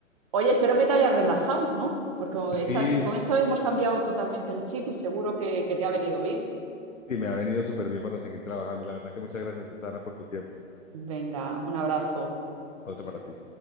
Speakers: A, on the right (about 25°); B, on the left (about 80°).
A: oye, espero que te hayas relajado, ¿no? Porque con
B: Sí,
A: estas, con esto hemos cambiado totalmente el chip y seguro que, que te ha venido bien.
B: sí, me ha venido súper bien para seguir trabajando. La verdad que muchas gracias, Susana, por tu tiempo.
A: Venga, un abrazo.
B: Otro para ti.